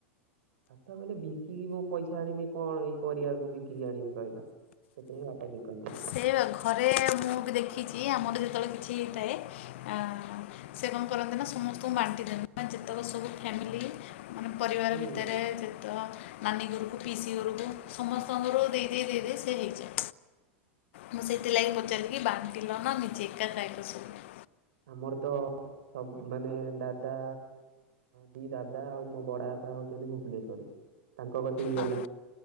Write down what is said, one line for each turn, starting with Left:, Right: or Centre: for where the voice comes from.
Right: ବାପା କହିଲେ ବିକିକି ମୁଁ ପଇସା ଆଣିବି କଣ ଏଇ ପରିବାକୁ ବିକିକି ଆଣିବି କହିଲ? ସେଥିପାଇଁ ବାପା ବିକନ୍ତିନି।
Left: ସେ ଘରେ ମୁଁ ବି ଦେଖିଚି ଆମର ଯେତେବେଳେ କିଛି ହେଇଥାଏ ଆ ସେ କଣ କରନ୍ତି ନା ନା ସମସ୍ତଙ୍କୁ ବାଣ୍ଟି ଦିଅନ୍ତି ମାନେ ଯେତେକ ସବୁ ଫ୍ୟାମିଲି ମାନେ ପରିବାର
Right: ହୁଁ
Left: ଭିତରେ ଯେତେ ତ ନାନୀ ଘୋରୁକୁ, ପିଇସି ଘୋରୁକୁ, ସମସ୍ତଙ୍କର ଦେଇ ଦେଇ ଦେଇ ଦେଇ ସେ ହେଇଯାଏ। ମୁଁ ସେଥିଲାଗି ପଚାରିଲି କି ବାଣ୍ଟିଲ ନା ନିଜେ ଏକା ଖାଇଲ ସବୁ?
Right: ଆମର ତ ସବ୍ ମାନେ ଦାଦା ଦି ଦାଦା ଆଉ ମୋ ବଡପା ହଉଛନ୍ତି ଭୁବନେଶ୍ଵରରେ ତାଙ୍କ କତିକି
Left: ହଁ
Right: ଗଲା।